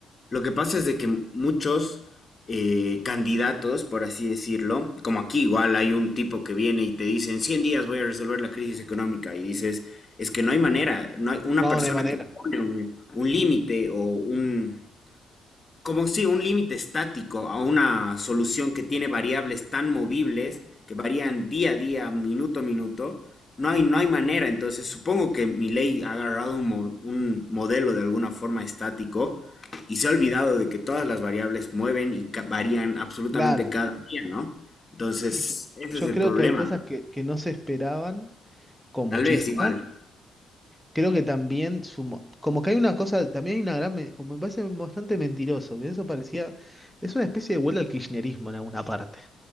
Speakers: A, on the left; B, in the centre.
A: lo que pasa es de que muchos eh, candidatos, por así decirlo, como aquí igual hay un tipo que viene y te dice, en 100 días voy a resolver la crisis económica, y dices, es que no hay manera, no hay una
B: no,
A: persona
B: no hay manera.
A: que pone un, un límite o un, como si un límite estático a una solución que tiene variables tan movibles que varían día a día, minuto a minuto, no hay, no hay manera. Entonces, supongo que ley ha agarrado un, mo- un modelo de alguna forma estático y se ha olvidado de que todas las variables mueven y ca- varían absolutamente
B: Claro.
A: cada día, ¿no? Entonces,
B: Sí, yo,
A: ese
B: yo
A: es el
B: creo
A: problema.
B: que hay cosas que, que no se esperaban, con muchísimas,
A: Tal vez igual.
B: Creo que también sumo, como que hay una cosa, también hay una gran, me- como me parece bastante mentiroso, que eso parecía, es una especie de vuelta al kirchnerismo en alguna parte,